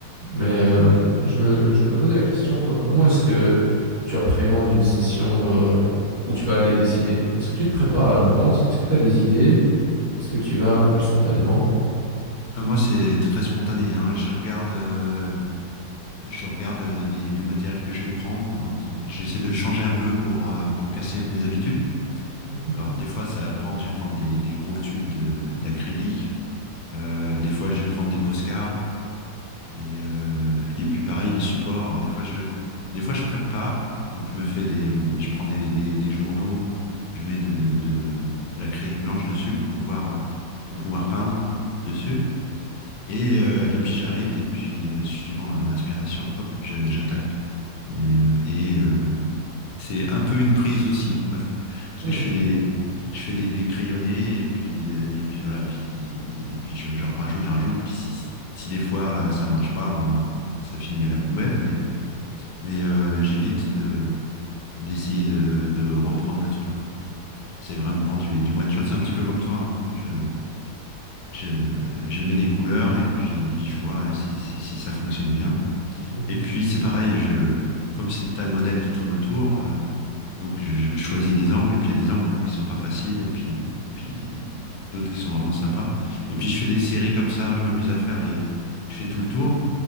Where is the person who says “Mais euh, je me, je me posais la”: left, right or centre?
Right